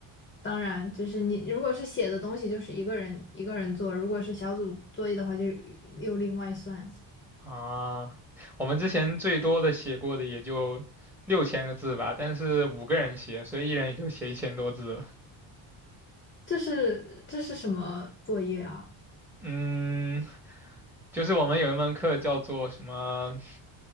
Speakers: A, on the left (about 25°); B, in the centre.
A: 当然，就是你如果是写的东西，就是一个人一个人做；如果是小组作业的话，就又另外算。
B: 啊，我们之前最多的写过的也就六千个字吧，但是五个人写，所以一人也就写一千多字了。
A: 这是这是什么作业啊？
B: 嗯，就是我们有一门课叫做什么